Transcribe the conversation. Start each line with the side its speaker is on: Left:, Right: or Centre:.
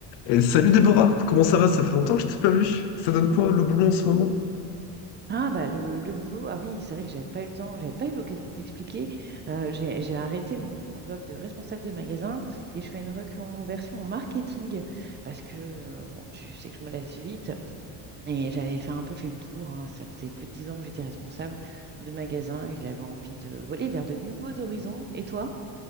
Left: Et salut Déborah, comment ça va? Ça fait longtemps que je t'ai pas vu. Ça donne quoi le boulot en ce moment?
Right: Ah bah le, le boulot, ah oui, c'est vrai que j'avais pas eu le temps, j'avais pas eu l'occasion de t'expliquer. Euh, j'ai, j'ai arrêté mon, mon job de responsable de magasin et je fais une reconversion en marketing parce que euh, bon, tu sais que je me lasse vite et j'avais fait un peu fait le tour, hein. ça faisait plus de dix ans que j'étais responsable de magasin et j'avais envie de voler vers de nouveaux horizons. Et toi?